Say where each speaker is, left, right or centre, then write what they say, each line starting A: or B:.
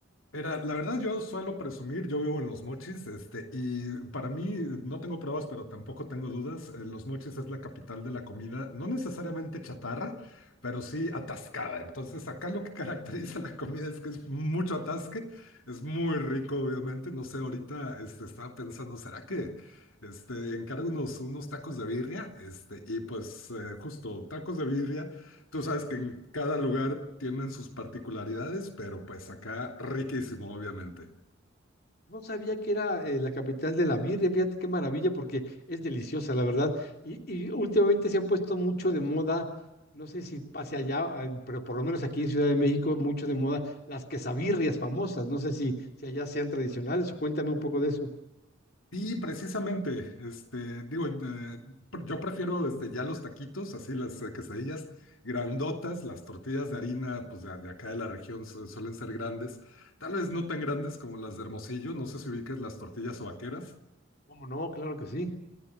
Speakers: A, on the left (about 85°); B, on the left (about 50°).
A: Era, la verdad, yo suelo presumir, yo vivo en los mochis, este, y para mí no tengo pruebas, pero tampoco tengo dudas. eh, Los mochis es la capital de la comida, no necesariamente chatarra, pero sí atascada. Entonces, acá lo que <laughs> caracteriza la comida es que es mucho atasque, es muy rico, obviamente. No sé, ahorita este, estaba pensando, ¿será que este, encargo unos, unos tacos de birria? Este, y pues, eh, justo tacos de birria Tú sabes que en cada lugar tienen sus particularidades, pero pues acá riquísimo, obviamente.
B: No sabía que era eh, la capital de la birria, fíjate qué maravilla, porque es deliciosa, la verdad. Y, y últimamente se han puesto mucho de moda, no sé si hacia allá, ah, pero por lo menos aquí en Ciudad de México, mucho de moda las quesabirrias famosas. No sé si, si allá sean tradicionales o cuéntame un poco de eso.
A: Y precisamente, este, digo, eh, pr- yo prefiero este, ya los taquitos, así las eh, quesadillas grandotas, las tortillas de harina, pues de, de acá de la región su- suelen ser grandes, tal vez no tan grandes como las de Hermosillo, no sé si ubicas las tortillas vaqueras.
B: ¿Cómo no? Claro que sí.